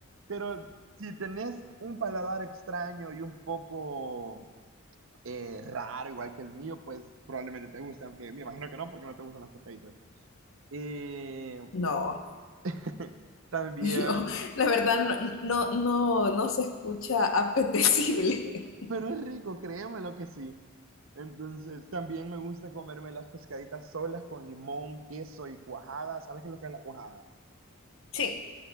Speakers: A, on the right; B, on the left.
A: pero si tenés un paladar extraño y un poco eh, raro, igual que el mío, pues probablemente te guste, aunque me imagino que no, porque no te gustan las cocaitas. Y
B: No,
A: <laughs> también,
B: <laughs> no, la verdad no, no, no, no se escucha apetecible. <laughs>
A: pero es rico, créeme lo que sí. Entonces, también me gusta comerme las pescaditas solas con limón, queso y cuajada. ¿Sabes qué es lo que es la cuajada?
B: Sí.